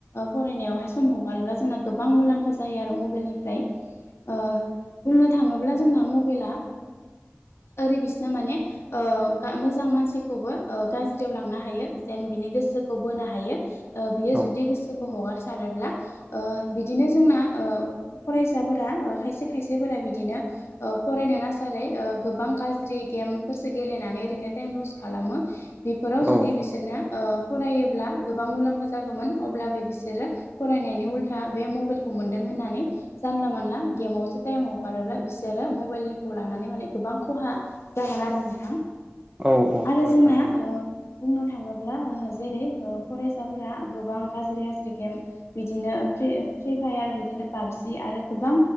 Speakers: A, on the left (about 75°); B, on the right (about 20°).
A: फरायनायावहाय सम हगारोब्ला। जोंना गोबां मुलाम्फा जायो मबाइलनिफ्राय। ओ बुंनो थाङोब्ला जोंना मबाइला। ओरै बिसना माने मोजां मानसिखौबो गाज्रियाव लांनो हायो जेन बिनि गोसोखौ बोनो हायो बियो
B: औ
A: जुदि गोसोखौ हगारारोब्ला बिदिनो जों ना फरायसाफोरा खायसे खाय खायसेफोरा बिदिनो फरायनो नासारै गोबां गाज्रि गेमसो गेलेनानै ओरैनो टाइम लस खालामो बेफोराव जुदि
B: औ
A: बिसोरनो ओ फरायोब्ला गोबां मुलाम्फा जागौमोन अब्लाबो बिसोरो फरायनायनि उल्था बे मबाइलखौ मोनदों। होननानै जानला मानला गेमावसो टाइमाव हगारोब्ला बिसोरो मबाइलनिखौ लानानै माने गोबां खहा जागोन आरो नोंथां
B: औ औ
A: आरो
B: नोंथां
A: जोंना ओ बुंनो थाङोब्ला जेरै फरायसाफोरा गोबां गाज्रि गाज्रि गेम बिदिनो फ्रि फ्रि फायार बिदिनो पाबजि आरो गोबां